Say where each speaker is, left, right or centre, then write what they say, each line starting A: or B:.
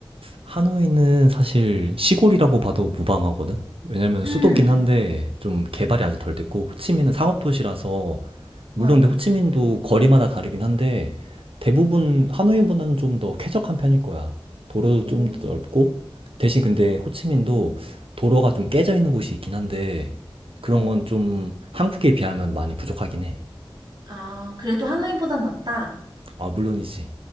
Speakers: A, on the right; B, on the right.
A: 하노이는 사실 시골이라고 봐도 무방하거든? 왜냐면
B: 음.
A: 수도긴 한데 좀 개발이 아직 덜 됐고 호치민은 상업도시라서 물론
B: 어.
A: 근데 호치민도 거리마다 다르긴 한데 대부분 하노이보다는 좀 더 쾌적한 편일 거야. 도로도
B: 오.
A: 좀 더 넓고 대신 근데 호치민도 도로가 좀 깨져 있는 곳이 있긴 한데 그런
B: 어.
A: 건 좀 한국에 비하면 많이 부족하긴 해.
B: 아, 그래도 하노이보단 낫다.
A: 아, 물론이지.